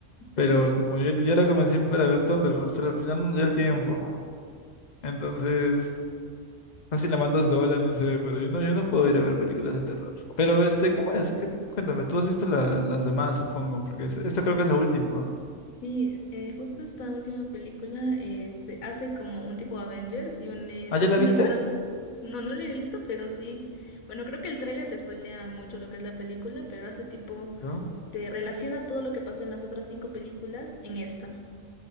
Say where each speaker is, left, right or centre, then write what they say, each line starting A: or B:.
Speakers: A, on the left; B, on the left.
A: sí.
B: pero como yo ya la convencí para ver Thunderbolts, pero al final no nos dio el tiempo. Entonces <laughs> No sé si la mandas sola, no sé, pero yo no, yo no puedo ir a ver películas de terror. Pero este, ¿cómo es? ¿Qué- cuéntame, tú has visto la- las demás, supongo, porque es- esta creo que es la última.
A: Sí, eh, justo esta última película eh, se hace como un tipo Avengers y une
B: ¿Ah,
A: todas
B: ya la
A: las
B: viste?
A: tramas. No, no la he visto, pero sí. Bueno, creo que el tráiler te spoilea mucho lo que es la película, pero hace tipo,
B: No.
A: te relaciona todo lo que pasó en las otras cinco películas en esta.